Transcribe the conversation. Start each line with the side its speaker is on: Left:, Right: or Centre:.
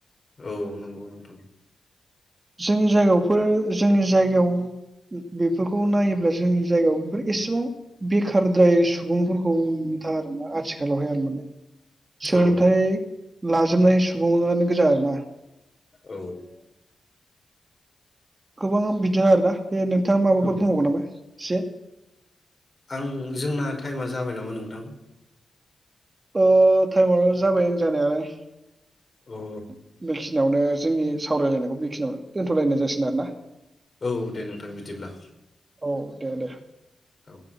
Left: औ नंगौ नोंथां।
Right: जोंनि जायगायावफोर जोंनि जायगायाव बेफोरखौ नायोब्ला जोंनि जायगायाव बेफोर एसेबां बेखारद्राय सुबुंफोरखौ नुनोथांआ आरो आथिखालावहाय आरोमाने। सोलोंथाइ
Left: औ
Right: लाजोबनाय सुबुङानो गोजा आरोना।
Left: औ।
Right: गोबाङाआनो बिदिनो आरोना। बे नोंथाङा माबाफोर
Left: औ
Right: बुंबावगोन नामा एसे
Left: आं जोंना टाइमा जाबाय नामा नों थां।
Right: अ टाइमाव' जाबाय ओं जानायालाय। <inaudible>
Left: औ
Right: बेखिनियावनो जोंनि सावरायलायनायखौ बेखिनियावनो दोन्थ'लायनाय जासिगोन आरोना।
Left: औ दे नोंथां बिदिब्ला।
Right: औ दे दे।
Left: औ।